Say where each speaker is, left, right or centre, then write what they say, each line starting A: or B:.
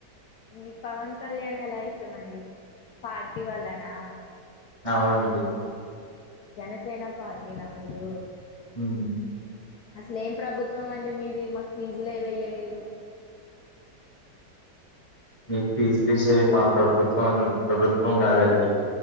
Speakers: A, on the left; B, on the left.
A: మీకు పవన్ కళ్యాణ్ ఎలా ఇష్టమండి పార్టీ వలనా
B: అవునండి
A: జనసేనా పార్టీ నా మీరు
B: హ్మ్
A: అసలేం ప్రభుత్వం అండి మీది మాకు ఫీజులే వెయ్యలేదు
B: మీకు ఫీజులేసే మా ప్రభుత్వం ప్రభుత్వం కాదండి